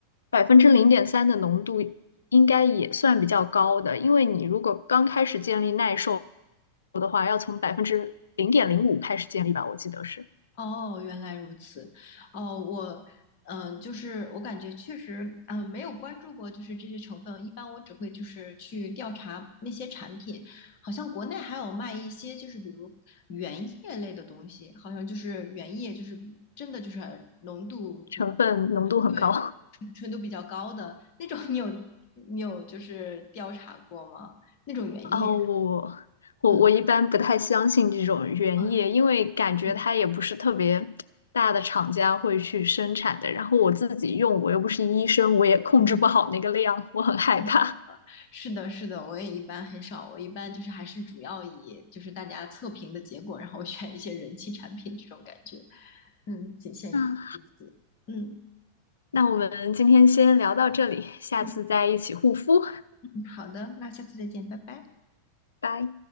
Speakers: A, on the left; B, on the left.
A: 百分之零点三的浓度应该也算比较高的，因为你如果刚开始建立耐受的话，要从百分之零点零五开始建立吧，我记得是
B: 哦，原来如此。哦，我，嗯、就是我感觉确实，嗯、没有关注过，就是这些成分。一般我只会就是去调查那些产品，好像国内还有卖一些，就是比如原液类的东西，好像就是原液，就是真的就是浓度比较，
A: 成分浓度很高。
B: 对，纯纯度比较高的那种。你有你有就是调查过吗？那种原液？
A: 哦，我我我一般不太相信这种原液，
B: 嗯嗯
A: 因为感觉它也不是特别大的厂家会去生产的。
B: 嗯
A: 然后我自己用，我又不是医生，我也控制不好那个量，
B: 嗯。
A: 我很害怕。
B: 嗯是的，是的，我也一般很少，我一般就是还是主要以就是大家测评的结果，然后 <laughs> 选一些人气产品这种感觉，嗯，仅限于于此，
A: 嗯，
B: 嗯
A: 那我们今天先聊到这里，下次再一起护肤，
B: 嗯，好，嗯，好的，那下次再见，拜拜。
A: 拜。